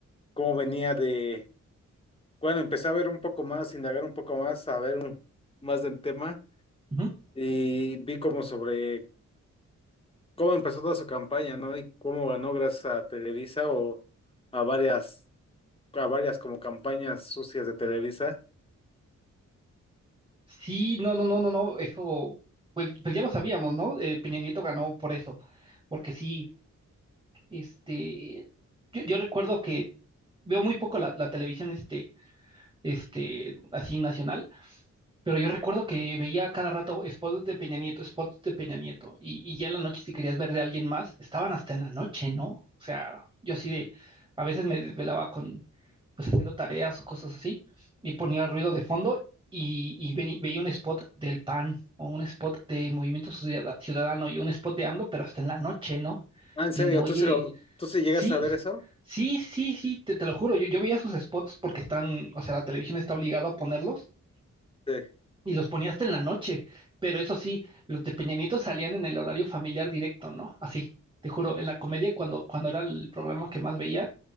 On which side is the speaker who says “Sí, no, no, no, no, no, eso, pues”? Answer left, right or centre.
Right